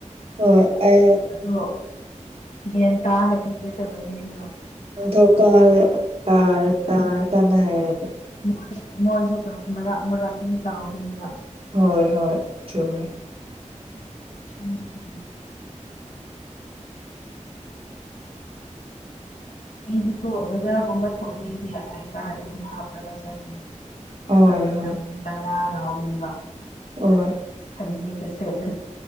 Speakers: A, on the right; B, on the left.
A: ꯍꯣꯏ
B: ꯑꯗꯣ ꯌꯦꯟ ꯇꯥꯅ ꯄꯤꯒꯗꯕꯅꯤ ꯑꯗꯣ
A: ꯅꯤꯡꯊꯧ ꯀꯥ ꯀꯥꯔ ꯀꯥꯔꯀꯥꯟꯗ ꯍꯥꯏꯔꯒꯦ
B: ꯣꯏ ꯃꯣꯏꯁꯨ ꯃꯔꯥꯛ ꯃꯔꯥꯛꯇꯨꯒꯤ ꯇꯥꯎꯕꯅꯦꯕ
A: ꯍꯣꯏ ꯍꯣꯏ ꯆꯨꯝ
B: ꯁꯥꯅ ꯐꯥꯟ ꯑꯩꯗꯤꯀꯣ ꯕꯖꯔꯥꯒꯨꯝꯕ ꯊꯣꯛꯅꯤꯡꯗꯦ ꯑꯩ ꯀꯥꯔ ꯑꯗꯨꯝ ꯍꯥꯞꯂꯒ ꯆꯠꯈꯤꯅꯦ
A: ꯍꯣꯏ
B: ꯑꯗꯨ
A: ꯍꯣꯏ
B: ꯇ ꯇꯔꯥ ꯂꯒ ꯏ ꯋꯥ
A: ꯍꯣꯏ
B: ꯐ ꯀꯁꯦꯅꯣ